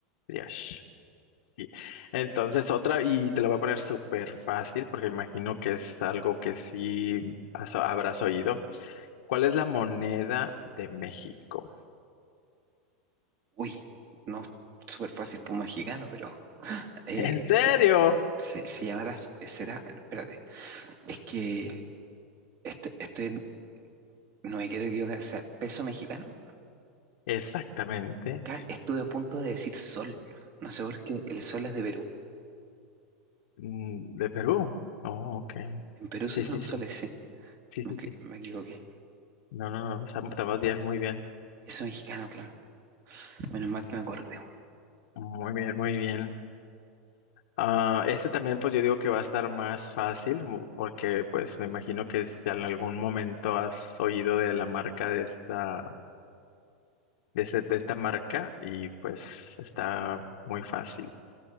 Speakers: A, on the left (about 70°); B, on the right (about 35°).
A: Dios. Sí. Entonces otra, y te la voy a poner súper fácil porque imagino que es algo que sí has- habrás oído. ¿Cuál es la moneda de México?
B: Uy, no, súper fácil para un mexicano, pero eh,
A: <laughs> ¿En serio?
B: Se, se llamará, será, espérate, es que esto- estoy, no me quiero equivocar, o sea, peso mexicano,
A: Exactamente.
B: claro, estuve a punto de decir sol, no sé por qué, el sol es de Perú,
A: Mm, ¿De Perú? Oh, ok.
B: en Perú se
A: Sí,
B: usan
A: sí, sí.
B: soles, sí,
A: Sí,
B: me,
A: sí,
B: equi-
A: sí.
B: me equivoqué,
A: No, no, no. Estamos estamos bien, muy bien.
B: peso mexicano, claro, menos mal que me acordé,
A: Muy bien, muy bien. Ah, este también, pues yo digo que va a estar más fácil, mu- porque pues me imagino que si en algún momento has oído de la marca de esta, de ese- de esta marca y pues está muy fácil.